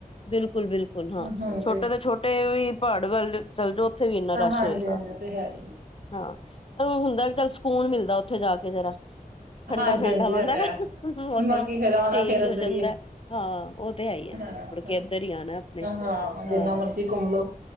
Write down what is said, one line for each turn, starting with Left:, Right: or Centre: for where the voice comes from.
Left: ਬਿਲਕੁਲ-ਬਿਲਕੁਲ ਹਾਂ,
Right: ਹਾਂਜੀ
Left: ਛੋਟੇ ਤੋਂ ਛੋਟੇ ਵੀ ਪਹਾੜ ਵੱਲ ਚਲਜੋ ਉੱਥੇ ਵੀ ਇੰਨਾ ਰਸ਼
Right: ਹਾਂਜੀ
Left: ਹੋਏਗਾ,
Right: ਹਾਂਜੀ ਤੇ ਹੈ ਹੀ
Left: ਹਾਂ। ਉਹ ਹੁੰਦਾ ਚੱਲ ਸਕੂਨ ਮਿਲਦਾ ਉੱਥੇ ਜਾ ਕੇ ਜਰਾ। ਠੰਡਾ-ਠੰਡਾ
Right: ਹਾਂਜੀ ਹਾਂਜੀ
Left: ਹੁੰਦਾ
Right: ਇਹ ਤਾਂ
Left: ਨਾ
Right: ਹੈ
Left: ਮੌਸਮ,
Right: ਬਾਕੀ ਫੇਰ ਆਉਣਾ
Left: ਚੇਂਜ
Right: ਫੇਰ ਅੰਦਰ
Left: ਹੋ ਜਾਂਦਾ,
Right: ਹੀ ਹੈ
Left: ਹਾਂ, ਉਹ ਤੇ ਹੈਈ ਆ।
Right: ਹਾਂ
Left: ਮੁੜ ਕੇ ਇਧਰ ਹੀ ਆਣਾ ਆਪਣੇ
Right: ਹਾਂ ਜਿੰਨਾ
Left: ਹਾਂ।
Right: ਮਰਜ਼ੀ ਘੁੰਮ ਲੋ